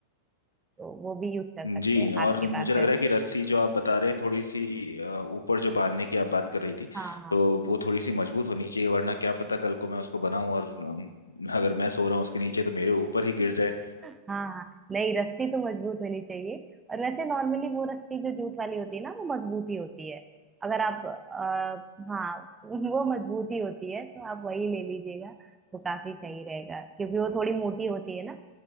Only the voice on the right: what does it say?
तो वो भी यूज कर सकते
हैं
आपके
पास
है
तो
हाँ हाँ
हाँ हाँ नहीं रस्सी तो मजबूत होनी चाहिए और वैसे नॉर्मली वो रस्सी जो जूट वाली होती है ना वो मजबूत ही होती है अगर आप आ, हाँ वो मजबूत ही होती है तो आप वही ले लीजिएगा वो काफी सही रहेगा क्योंकि वो थोड़ी मोटी होती है ना